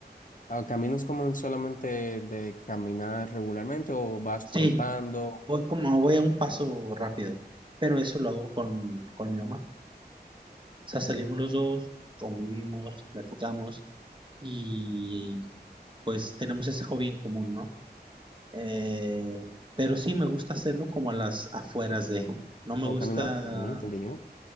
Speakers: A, on the left; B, on the right.
A: ah, caminas como en solamente de caminar regularmente o vas
B: Sí,
A: trotando
B: voy como, voy a un paso rápido, pero eso lo hago con, con mi mamá. sea, salimos los dos, convivimos, platicamos y pues tenemos ese hobby en común, ¿no? Eh, pero sí me gusta hacerlo como a las afueras de, no me gusta,
A: o caminas, Ok, entendí yo,